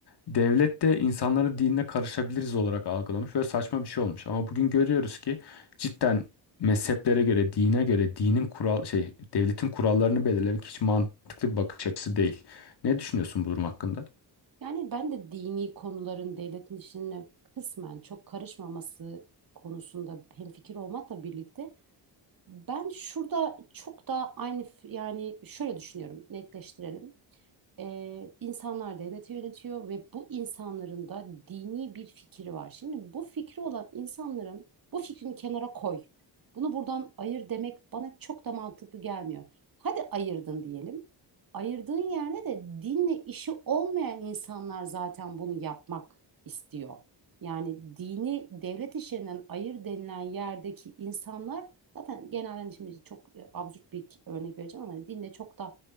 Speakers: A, on the left; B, on the right.
A: Devlet de insanları dinine karışabiliriz olarak algılamış. Böyle saçma bir şey olmuş. Ama bugün görüyoruz ki cidden mezheplere göre, dine göre, dinin kural şey, devletin kurallarını belirlemek hiç mantıklı bir bakış açısı değil. Ne düşünüyorsun bu durum hakkında?
B: Yani ben de dini konuların devletin işine kısmen çok karışmaması konusunda hemfikir olmakla birlikte ben şurada çok daha aynı f- yani şöyle düşünüyorum netleştirelim. Ee, insanlar devleti yönetiyor ve bu insanların da dini bir fikri var. Şimdi bu fikri olan insanların bu fikrini kenara koy. Bunu buradan ayır demek bana çok da mantıklı gelmiyor. Hadi ayırdın diyelim. Ayırdığın yerde de dinle işi olmayan insanlar zaten bunu yapmak istiyor. Yani dini devlet işlerinden ayır denilen yerdeki insanlar Zaten genelde şimdi çok e, absürt bir örnek vereceğim ama hani dinle çok da